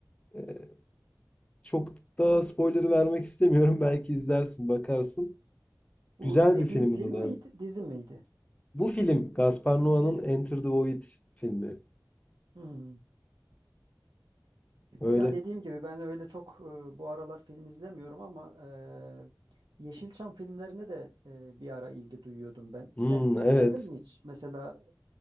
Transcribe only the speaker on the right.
Bu
dediğin
film
miydi, dizi miydi?
Film.
Hı.
Ya dediğim gibi ben öyle çok e, bu aralar film izlemiyorum ama e, Yeşilçam filmlerine de e, bir ara ilgi duyuyordum ben.
Sen
izledin mi Hmm. hiç? Mesela